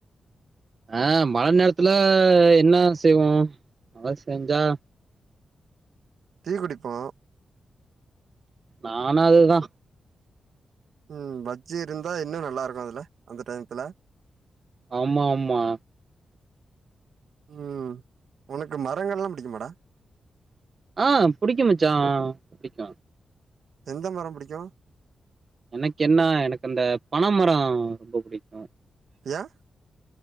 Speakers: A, on the right; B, on the right.
A: ஆ மழ நேரத்துல என்னா செய்வோ மழ செஞ்சா
B: டீ குடிப்போ
A: நானு அதுதா.
B: ம் பஜ்ஜி இருந்தா இன்னு நல்லா இருக்கு அதுல அந்த டயத்துல.
A: ஆமா ஆமா.
B: ம் உனக்கு மரங்கள்லா புடிக்குமாடா?
A: ஆ புடிக்கு மச்சா புடிக்கு.
B: எந்த மரம் புடிக்கு?
A: எனக்கு என்ன எனக்கு அந்த பன மரோ ரொம்ப புடிக்கு.
B: யேன்?